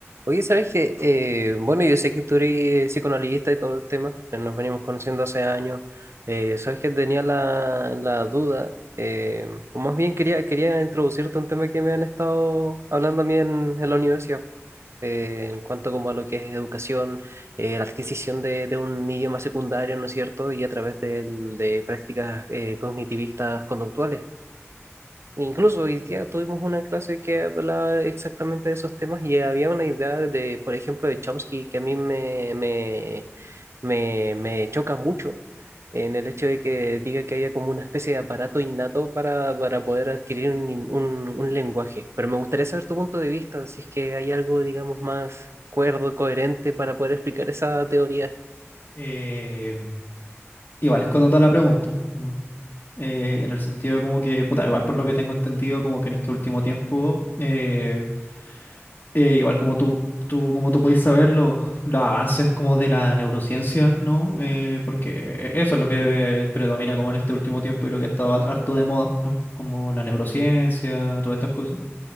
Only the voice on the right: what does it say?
Oye, ¿sabes qué? Eh, bueno, yo sé que tú eres psicoanalista y todo el tema, eh, nos venimos conociendo hace años. Eh, ¿sabes que Tenía la, la duda, eh, o más bien quería, quería introducirte un tema que me han estado hablando a mí en, en la universidad, eh, en cuanto como a lo que es educación, eh, la adquisición de, de un idioma secundario, ¿no es cierto? Y a través del- de, prácticas eh, cognitivistas conductuales. Incluso hoy día tuvimos una clase que hablaba exactamente de esos temas y había una idea de, por ejemplo, de Chomsky que a mí me, me, me, me choca mucho en el hecho de que diga que haya como una especie de aparato innato para, para poder adquirir un, in- un, un lenguaje. Pero me gustaría saber tu punto de vista, si es que hay algo, digamos, más cuerdo, coherente para poder explicar esa teoría.